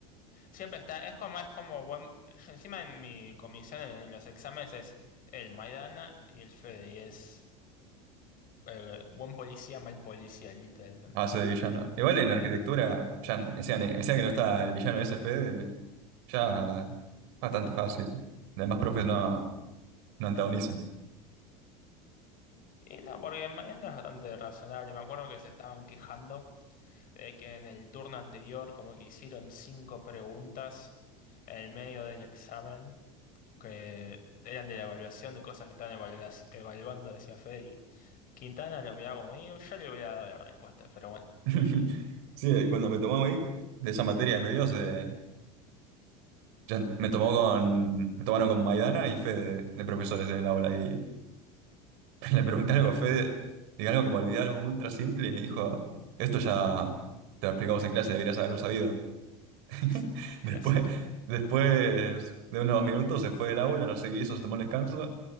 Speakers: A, on the left; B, on the right.
A: Siempre está, es como, es como buen, yo encima en mi comisión en los exámenes es el Maidana y el Fede, y es eh, buen policía, mal policía, literalmente.
B: Hace de villano. Igual en arquitectura, ya decían, decían que no está el villano ese Fede, ya bastante fácil. Además, profes no, no antagonizan.
A: Y no, porque Maidana es bastante razonable. Me acuerdo que se estaban quejando de que en el turno anterior como que hicieron cinco preguntas en el medio del examen que eran de la evaluación de cosas que estaban evaluas- evaluando, decía Fede, y Quintana lo miraba como, "Y yo le hubiera dado la respuesta, pero bueno,
B: <laughs> Sí, eh, cuando me tomó ahí, de esa materia de medios, eh, ya me tomó con, me tomaron con Maidana y Fede de profesores en el aula y <laughs> le pregunté algo a Fede, diga algo que me olvidé, algo ultra simple, y me dijo, esto ya te lo explicamos en clase, deberías haberlo sabido. <laughs>
A: <laughs> clásico.
B: Después, después de unos minutos se fue el aula, no sé qué hizo, se tomó un descanso.